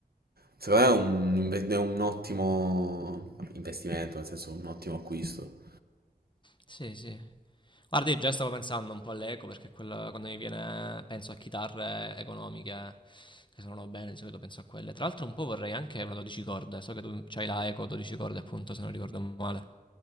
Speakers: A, on the right; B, on the left.
A: secondo me è un, inve- è un ottimo investimento, nel senso un ottimo acquisto.
B: Sì, sì. Guarda, io già stavo pensando un po' all'eco perché quella- quando mi viene, penso a chitarre economiche che suonano bene, di solito penso a quelle. Tra l'altro un po' vorrei anche una 12 corde, so che tu c'hai la eco 12 corde appunto se non ricordo male.